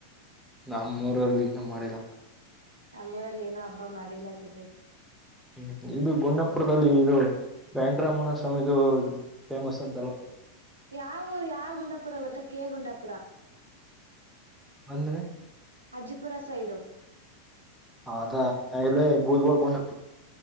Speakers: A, in the centre; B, on the right.
A: ನಮ್ಮೂರಲ್ಲಿ ಇನ್ನು ಮಾಡಿಲ್ಲಕ್ಕ.
B: ನಮ್ಮೂರಲ್ಲಿ ಏನು ಹಬ್ಬ ಮಾಡಿಲ್ಲ ಸದ್ದ್ಯಕ್ಕೆ.
A: ಹ್ಮ್ ಇದು ಗುಂಡಪುರದಲ್ಲಿ ಇದು ಬ್ಯಾಂಡ್ರಮನ ಸ್ವಾಮಿದು ಫೇಮಸ್ ಅಂತಾರಲ್ಲ.
B: ಯಾವ ಯಾವ ಗುಂಡಾಪುರ ಗೊತ್ತಾ ಕೆ ಗುಂಡಾಪುರ
A: ಬಂದ್ರೆ
B: ಅಜ್ಜಿಪುರ ಸೈಡುು
A: ಅದ ನಡಿಲೇ ಊರಿಗ್ ಹೋಗ್ಬರಣ